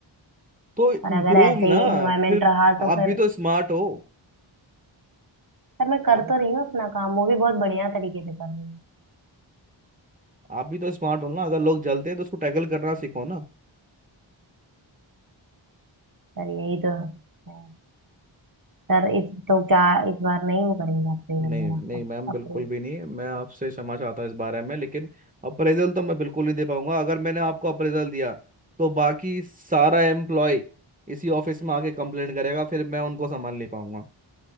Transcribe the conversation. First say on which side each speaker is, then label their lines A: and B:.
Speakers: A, on the right; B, on the right.
A: तो इम्प्रूव
B: और अगर ऐसे
A: ना
B: ही इन्वायरमेंट
A: फिर
B: रहा
A: आप
B: तो
A: भी
B: फिर
A: तो स्मार्ट हो
B: सर मैं कर
A: आप
B: तो रही हूँ अपना काम वो भी बहुत बढ़िया तरीके से कर रही हूँ
A: आप भी तो स्मार्ट हो ना अगर लोग जलते हैं तो उसको टैकल करना सीखो ना
B: सर यही तो है सर इस तो क्या इस बार नहीं वो करेंगे अप्रेजल
A: नहीं
B: मेरा
A: नहीं मैम बिल्कुल
B: अप्रूव
A: भी नहीं मैं आपसे क्षमा चाहता हूँ इस बारे में लेकिन अप्रेजल तो मैं बिल्कुल नहीं दे पाऊंगा अगर मैंने आपको अप्रेजल दिया तो बाकी सारा एम्प्लॉय इसी ऑफिस में आके कंप्लेंट करेगा फिर मैं उनको संभाल नहीं पाऊंगा